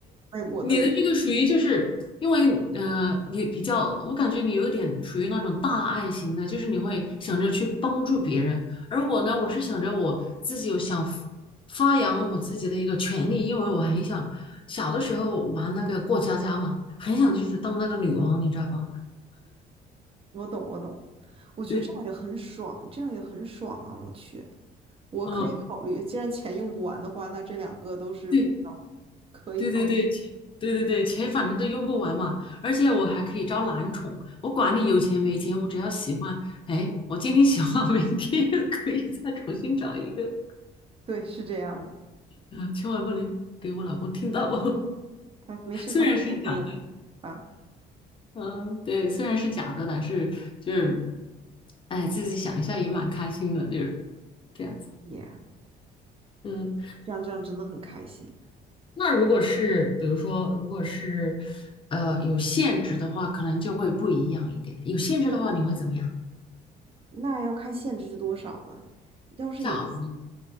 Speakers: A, on the right; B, on the left.
A: 哎，我的，
B: 你的这个属于就是因为呃，
A: 嗯
B: 你比较，我感觉你有点属于那种大爱型的，就是你会想着去帮助别人，而我呢，我是想着我自己有想发发扬我自己的一个权利，因为我很想小的时候玩那个过家家嘛，很想就是当那个女王，你知道吧？
A: 我懂，我懂，我觉得这样也很爽，
B: 对，
A: 这样也很爽啊！我去，我可以考虑，
B: 嗯、
A: 既然钱用不完的话，那这两个都是目标，
B: 对。
A: 可以考虑。
B: 对对对，钱，对对对，钱反正都用不完嘛，而且我还可以招男宠，我管你有钱没钱，我只要喜欢，哎，我今天喜欢，<laughs> 明天又可以再重新找一个，
A: 对，是这样的。
B: 嗯，千万不能给我老公听到，哦。<laughs>
A: 他没事，
B: 虽然是假的，
A: 他不懂中文吧
B: 嗯，对，虽然是假的，但是就是，哎，自己想一下也蛮开心的，就是这样子，
A: ？Yeah。
B: 嗯，
A: 这样这样真的很开心。
B: 那如果是比如说，如果是呃有限制的话，可能就会不一样一点，有限制的话你会怎么样？
A: 那要看限制是多少了。要是有
B: 假如。